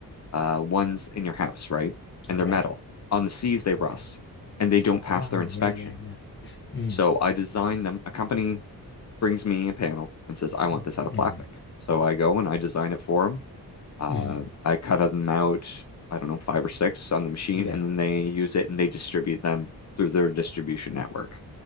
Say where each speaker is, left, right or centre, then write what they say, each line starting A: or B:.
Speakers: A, on the left; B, on the left.
A: uh, ones in your house, right? And
B: all right.
A: they're metal. On the seas, they rust
B: Okay.
A: and they don't pass
B: Ah,
A: their inspection.
B: yeah, yeah, yeah. Mm,
A: So I design them. A company brings me a panel and says, I want
B: mm-hmm,
A: this out of plastic. So I go and I design it for them. Uh,
B: mm-hmm.
A: I cut them out, I don't know, five or six on the machine,
B: Yeah.
A: and then they use it and they distribute them through their distribution network.